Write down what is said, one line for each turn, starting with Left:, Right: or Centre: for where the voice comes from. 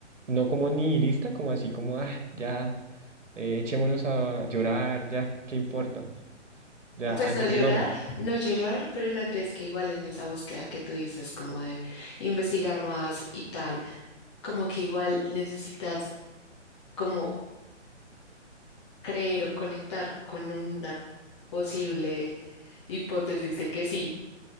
Right: no como nihilista, como así, como, ah, ya, eh, echémonos a llorar, ya, ¿qué importa? Ya,
Left: Pues
Right: ah, deprimámonos.
Left: no llorar, no llorar, pero no crees que igual en esa búsqueda que tú dices, como de investigar más y tal, como que igual necesitas como creer o conectar con una posible hipótesis de que sí,